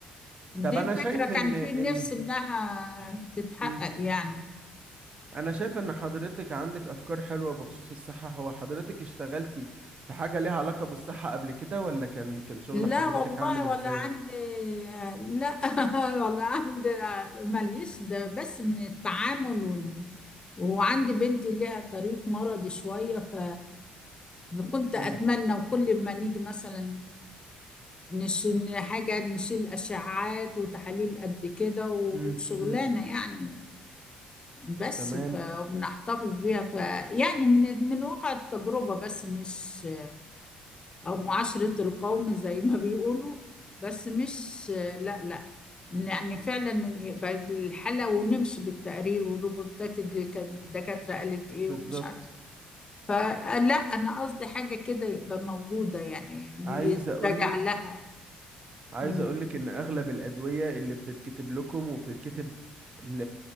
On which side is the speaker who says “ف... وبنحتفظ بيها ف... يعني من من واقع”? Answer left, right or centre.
Left